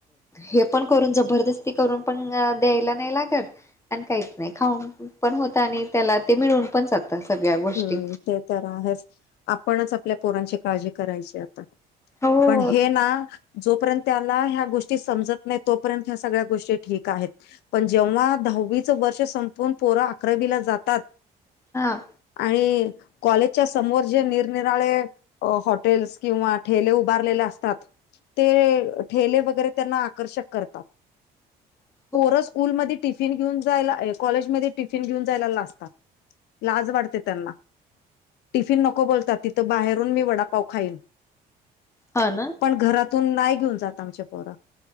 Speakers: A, on the left (about 15°); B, on the left (about 80°).
A: हे पण करून जबरदस्ती करून पण द्यायला नाही लागत आणि काहीच नाही खाऊन पण होत आणि त्याला ते मिळून पण जग सगळ्या गोष्टी
B: हम्म ते तर आहेच आपणच आपल्या पोरांची काळजी करायची आता
A: हो
B: पण हे ना जोपर्यंत त्याला ह्या गोष्टी समजत नाही तोपर्यंत ह्या सगळ्या गोष्टी ठीक आहेत पण जेव्हा दहावीचं वर्ष संपून पोरां अकरावीला जातात
A: हां
B: आणि कॉलेजच्या समोर जे निरनिराळे अ हॉटेल्स किंवा ठेले उभारलेले असतात ते ठेले वगैरे त्यांना आकर्षक करतात
A: ह
B: पोर स्कूलमध्ये टिफ टिफिन घेऊन जायला कॉलेजमध्ये टिफिन घेऊन जायला लातात लाज वाटते टिफिन नको बोलतात तिथं बाहेरून मी वडापाव खाईन
A: हा ना
B: पण घरातून नाही घेऊन जात आमच्या पोरा